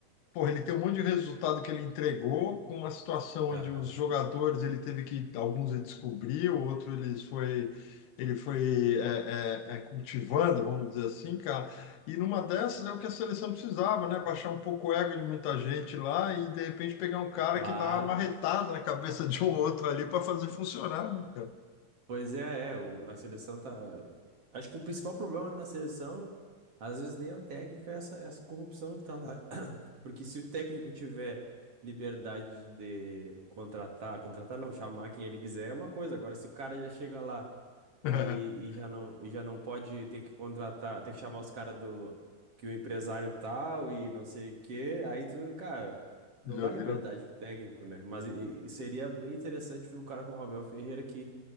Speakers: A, on the left; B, on the right.
A: Porra, ele tem um monte de resultado que ele entregou, com uma situação
B: Aham.
A: onde os jogadores ele teve que, alguns ele descobriu, outro ele foi, ele foi é, é, é, cultivando, vamos dizer assim, cara. E numa dessas é o que a seleção precisava, né? Baixar um pouco o ego de muita gente lá e de repente pegar um cara
B: Claro.
A: que dá uma marretada na cabeça de um outro ali para fazer funcionar, né, cara?
B: Pois é, é, o- a seleção tá. Acho que o principal problema da seleção, às vezes nem é o técnico, é essa, essa corrupção que tá lá. <clears throat> Porque se o técnico tiver liberdade de contratar, contratar não, chamar quem ele quiser é uma coisa. Agora, se o cara já chega lá
A: <laughs>
B: e, e já não, e já não pode ter que contratar, ter que chamar os caras do que o empresário tal e não sei o quê, aí tu, cara. tu
A: Já
B: Não dá
A: virou.
B: liberdade pro técnico, né? Mas e- e seria bem interessante ver um cara como o Abel Ferreira que